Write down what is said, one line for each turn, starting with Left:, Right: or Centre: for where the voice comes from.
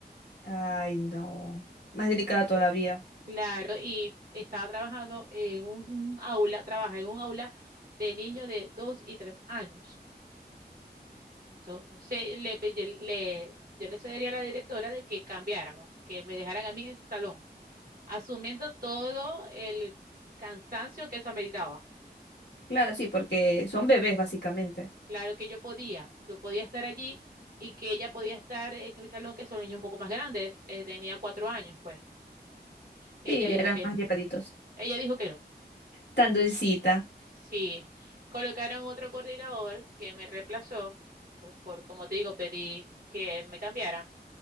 Left: Ay, no. Más delicada todavía.
Right: Claro, y estaba trabajando en un aula, trabaja en un aula de niños de 2 y 3 años. Esto, se, le, pe- yo, le, yo le sugeriría a la directora de que cambiáramos, que me dejaran a mí en ese salón, asumiendo todo el cansancio que eso ameritaba.
Left: Claro, sí, porque son bebés, básicamente.
Right: Claro que yo podía, yo podía estar allí y que ella podía estar en mi salón, que es un niño un poco más grande, eh, tenía cuatro años, pues. Ella
Left: Sí, ya
Right: dijo
Left: eran
Right: que
Left: más
Right: no,
Left: llevaditos.
Right: ella dijo que no.
Left: Tan dulcita.
Right: Sí, colocaron otro coordinador que me reemplazó, por, por como te digo, pedí que me cambiaran